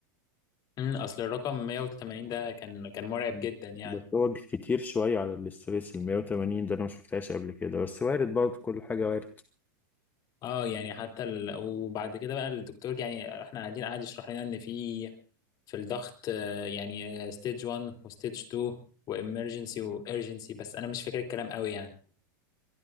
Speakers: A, on the left; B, on the left.
A: مم، اصل الرقم 180 ده كان كان مرعب
B: مم.
A: جدا يعني
B: بس هو كتير شوية على الاستريس ال 180 ده أنا ما شفتهاش قبل كده بس وارد برضه كل حاجة وارد
A: اه يعني حتى ال... وبعد كده بقى الدكتور يعني احنا قاعدين قاعد يشرح لنا ان في في الضغط آه، يعني ستيج 1 وستيج 2 وامرجنسي وارجنسي بس انا مش فاكر الكلام قوي يعني